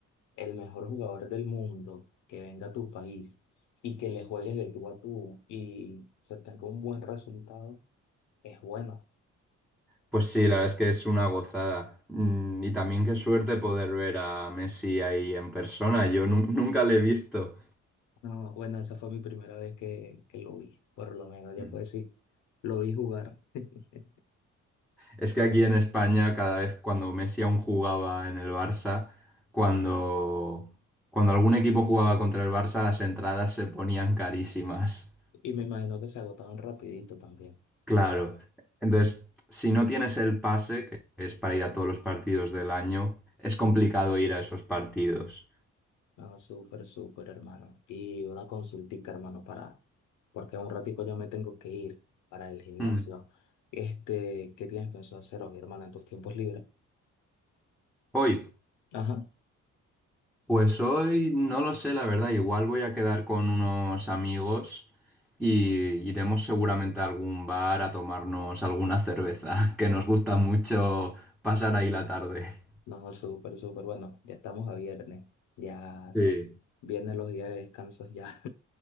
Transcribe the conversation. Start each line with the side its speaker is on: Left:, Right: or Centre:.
Left: el mejor jugador del mundo que venga a tu país y que le juegues de tú a tú y se tenga un buen resultado, es bueno.
Centre: Pues sí, la verdad es que es una gozada. Mm, Y también qué suerte poder ver a Messi ahí en persona. Yo nu- nunca le he visto.
Left: No, bueno, esa fue mi primera vez que, que lo vi, por lo menos, ya
Centre: Mm.
Left: puedo decir, lo vi jugar. <laughs>
Centre: Es que aquí en España, cada vez cuando Messi aún jugaba en el Barça, cuando, cuando algún equipo jugaba contra el Barça, las entradas se ponían carísimas.
Left: Y me imagino que se agotaban rapidito también.
Centre: Claro.
Left: Me-
Centre: Entonces, si no tienes el pase, que es para ir a todos los partidos del año, es complicado ir a esos partidos.
Left: No, súper, súper, hermano. Y una consultica, hermano, para, porque en un ratico ya me tengo que ir para el gimnasio.
Centre: Mm.
Left: Este, ¿qué tienes pensado hacer hoy, hermano, en tus tiempos libres?
Centre: Hoy.
Left: Ajá,
Centre: Pues hoy no lo sé, la verdad. Igual voy a quedar con unos amigos y iremos seguramente a algún bar a tomarnos alguna cerveza, <laughs> que nos gusta mucho pasar ahí la tarde.
Left: no, súper, súper, bueno, ya estamos a viernes. Ya,
Centre: Sí.
Left: viernes los días de descanso, ya.